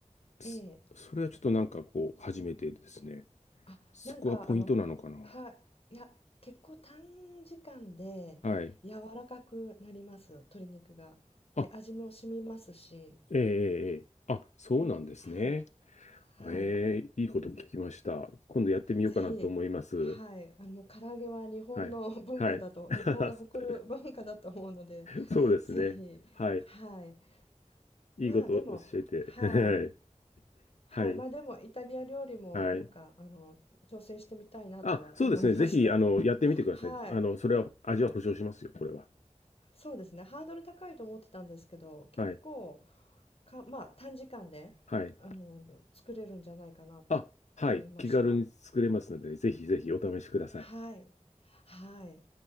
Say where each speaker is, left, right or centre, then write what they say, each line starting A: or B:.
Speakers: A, on the left (about 70°); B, on the left (about 50°).
A: そそれはちょっとなんかこう、
B: ええ。
A: 初めてですね。
B: あ、
A: そこがポイントなのかな。
B: なんかあの、はい。いや、結構短時間で柔らかくなります。
A: はい。
B: 鶏肉が。で、
A: あ、
B: 味も染みますし。
A: ええ、ええ、ええあ、そうなんですね。
B: はい。はい。
A: ええ、いいこと聞きました。今度やってみようかなと思います。
B: ぜひ、はい。あの、唐揚げは日本の文化だと、
A: はい。はい。<laughs>
B: 日本が誇る文化だと思うので、
A: そうですね。
B: ぜひ、
A: はい。
B: はい。
A: いいこと教えて。
B: まあ、でも、はい。はい、
A: <laughs> はい。
B: まあ、でもイタリア料理もなんかあの挑戦してみたいなとは思いました。
A: はい。あ、そうですね。ぜひ、あの、やってみてください。
B: はい、
A: あの、それは、味は保証しますよ、これは。
B: そうですね。ハードル高いと思ってたんですけど、結構
A: はい。
B: か、まあ、短時間であの作れるんじゃないかなと思いました。
A: はい。あ、はい。気軽に作れますので、ぜひぜひお試しください。
B: はい、はい。